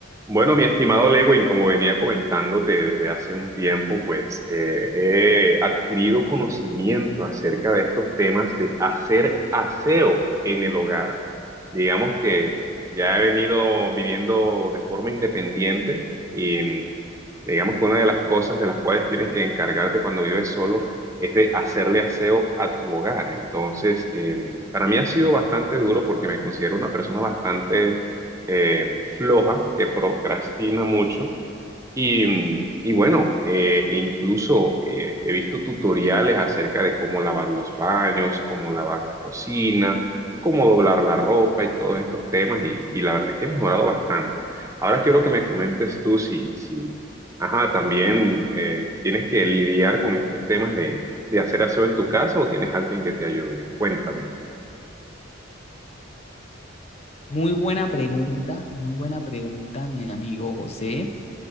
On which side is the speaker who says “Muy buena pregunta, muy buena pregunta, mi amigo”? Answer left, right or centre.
Left